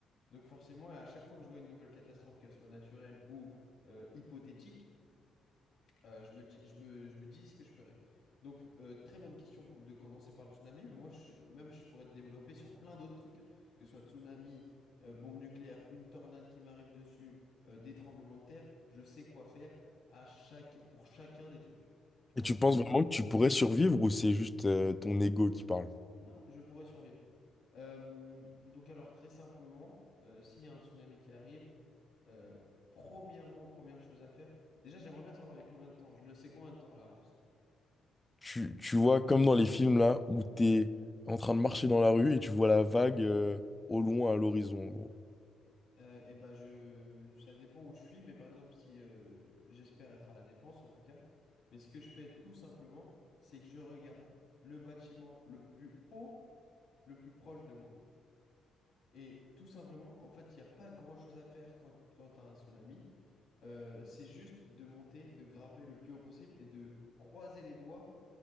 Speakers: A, on the left; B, on the left.
A: Donc forcément, à chaque fois que je vois une nouvelle catastrophe, qu'elle soit naturelle ou euh, hypothétique, euh, je me dis, je me, je me dis ce que je ferais. Donc, euh, très bonne question pour- de commencer par le tsunami, mais moi, je- même, je pourrais te développer sur plein d'autres trucs, hein. Que ce soit tsunami, euh, bombe nucléaire, une tornade qui m'arrive dessus, euh, des tremblements de terre, je sais quoi faire à chaque, pour chacun des trucs. Tu
B: Et
A: m'entends?
B: tu penses vraiment que tu pourrais survivre ou c'est juste euh, ton ego qui parle?
A: Non, je pourrais survivre. Euh, donc, alors, très simplement, euh, s'il y a un tsunami qui arrive, euh, premièrement, première chose à faire, déjà, j'aimerais bien savoir j'ai combien de temps, je le sais combien de temps à l'avance.
B: Tu, tu vois, comme dans les films là, où t'es en train de marcher dans la rue et tu vois la vague euh, au loin à l'horizon, en gros.
A: Euh, et ben je, ça dépend où je suis, mais par exemple, si euh, j'espère être à la défense en tout cas, mais ce que je fais tout simplement, c'est que je regarde le bâtiment le plus haut, le plus proche de moi. Et tout simplement, en fait, il n'y a pas grand-chose à faire quand, quand tu as un tsunami. Euh, c'est juste de monter, de grimper le plus haut possible et de croiser les doigts